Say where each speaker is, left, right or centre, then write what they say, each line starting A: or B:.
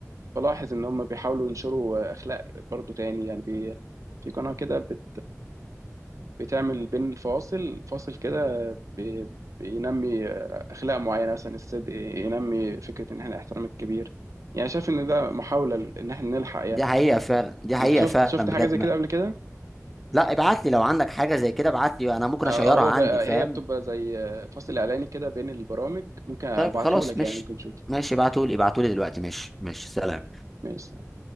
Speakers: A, on the right (about 75°); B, in the centre.
A: بلاحظ ان هم بيحاولوا ينشروا اخلاق برضو تاني يعني بي في قناة كده بت بتعمل بين الفواصل فاصل كده بي بينمي اخلاق معينة مثلا الصدق ينمي فكرة ان احنا الاحترام الكبير يعني شايف ان ده محاولة ل- ان احنا نلحق يعني
B: دي حقيقه فعلا دي حقيقه
A: انت شفت
B: فعلا
A: شفت حاجة
B: بجد
A: زي كده
B: ما...
A: قبل كده
B: لا ابعت لي لو عندك حاجه زي كده ابعت لي انا ممكن
A: أو
B: اشيرها
A: أو هو
B: عندي
A: بقى
B: فاهم
A: هي بتبقى زي فاصل اعلاني كده بين البرامج ممكن ابعته
B: طيب خلاص
A: لك
B: مش
A: يعني ممكن تشوف
B: ماشي ابعتولي ابعتولي دلوقتي ماشي ماشي سلام
A: ماشي